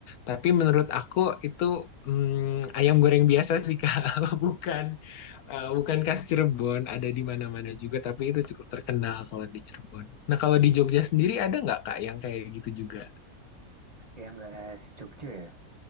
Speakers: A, on the left (about 75°); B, on the right (about 30°).
A: Tapi menurut aku itu mm, ayam goreng biasa sih Kak, <laughs> bukan eh, bukan khas Cirebon. Ada di mana-mana juga, tapi itu cukup terkenal kalau di Cirebon. Nah, kalau di Jogja sendiri ada nggak Kak yang kayak gitu juga?
B: Yang nggak khas Jogja ya?